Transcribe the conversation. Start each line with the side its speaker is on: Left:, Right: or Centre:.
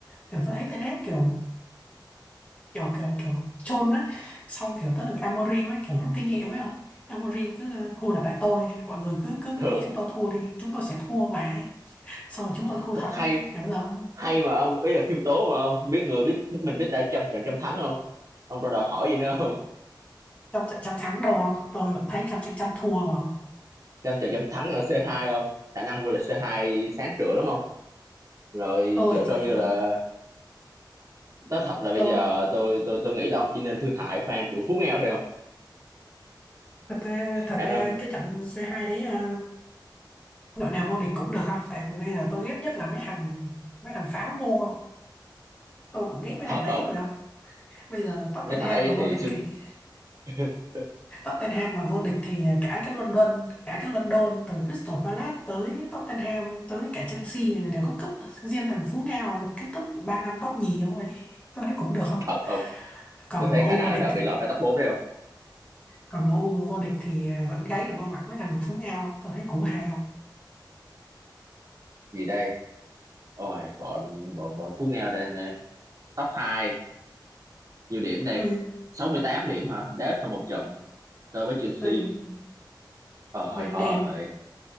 Left: kiểu tôi thấy Ten Hag kiểu kiểu kiểu kiểu chôn đấy xong kiểu tới lượt Amorim ấy kiểu rút kinh nghiệm ấy không Amorim cứ ờ, thua là tại tôi mọi người cứ cứ
Right: thường
Left: cứ nghĩ chúng tôi thua đi chúng tôi sẽ thua vãi xong rồi chúng tôi thua thật đấy
Right: hay
Left: Nhớ rồi
Right: hay mà ông ý là khiêm tốn mà không? biết người biết, biết mình biết ta trăm trận trăm thắng không ông còn đòi hỏi gì nữa không
Left: trong trận trăm thắng đâu không tôi vẫn thấy trăm trận trăm thua mà không
Right: Xem trận dám thắng ở C2 không? Khả năng vô địch C2 sáng trưa lắm không? Rồi
Left: tôi
Right: gỡ
Left: chỉ
Right: cho như là nói thật là bây
Left: tôi
Right: giờ tôi tôi tôi nghĩ là ông chỉ nên thương hại fan của Phú Ngao thôi không?
Left: thật ra thật
Right: Khả
Left: ra
Right: năng
Left: cái trận C2 đấy ờ, đội nào vô địch cũng được không tại vì bây giờ tôi ghét nhất là mấy thằng mấy thằng pháo ngu không tôi cũng ghét mấy
Right: thật
Left: thằng đấy
Right: không?
Left: rồi không bây giờ Tottenham
Right: Mấy thằng đấy
Left: mà vô
Right: thì
Left: địch
Right: xưng
Left: thì
Right: <laughs>
Left: Tottenham mà vô địch thì cả cái London cả cái London từ Crystal Palace tới Tottenham tới cả Chelsea này đều có cúp riêng thằng Phú Ngao được cái cúp ba năm top nhì không ấy tôi thấy cũng được không
Right: thật không?
Left: còn
Right: Tôi
Left: em
Right: thấy
Left: U
Right: khả năng
Left: vô
Right: là
Left: địch
Right: đã
Left: thì
Right: bị lọt khỏi top bốn đấy không?
Left: còn MU vô địch thì vẫn gáy được vô mặt mấy thằng của Phú Ngao tôi thấy cũng hay không
Right: Gì đây? Ôi bọn bọn bọn Phú Ngao đây nên top 2 nhiều điểm đây.
Left: hơi
Right: sáu mươi tám điểm hả? Đá ít hơn một trận so với Chelsea.
Left: hơi
Right: Ờ hơi
Left: hơi
Right: khó
Left: đen
Right: rồi.